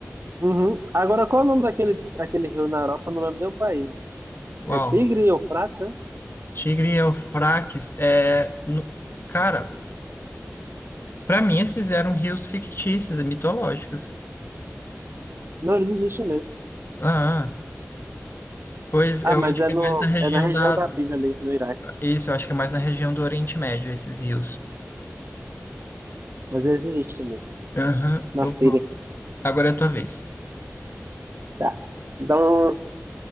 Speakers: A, on the right; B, on the left.
A: Uhum. Agora, qual é o nome daquele, daquele rio na Europa? Não lembro nem o país.
B: Uau.
A: É Tigre e Eufrates, é?
B: Tigre e Eufrates é. no- Cara. Para mim, esses eram rios fictícios e mitológicos.
A: Não, eles existem mesmo.
B: Ah, pois
A: Ah,
B: eu
A: mas
B: acho
A: é,
B: que
A: no,
B: é mais na região
A: é na região
B: da.
A: da Bíblia ali, no Iraque.
B: Isso, eu acho que é mais na região do Oriente Médio, esses rios.
A: Mas eles existem mesmo,
B: Aham.
A: na
B: Vamos
A: Síria.
B: lá. Agora é a tua vez.
A: Tá. Então,